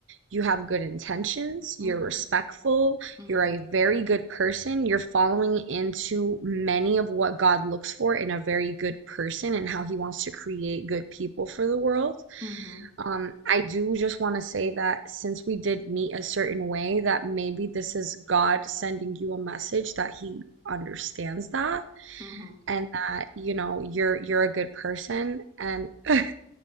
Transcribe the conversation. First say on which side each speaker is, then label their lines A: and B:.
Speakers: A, on the right; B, on the right.
A: you have good intentions,
B: Mm-hmm.
A: you're respectful,
B: Mm-hmm.
A: you're a very good person, you're following into many of what God looks for in a very good person and how He wants to create good people for the world.
B: Mm-hmm.
A: Um, I do just want to say that since we did meet a certain way, that maybe this is God sending you a message that He understands that
B: Mm-hmm.
A: and that, you know, you're you're a good person and <laughs>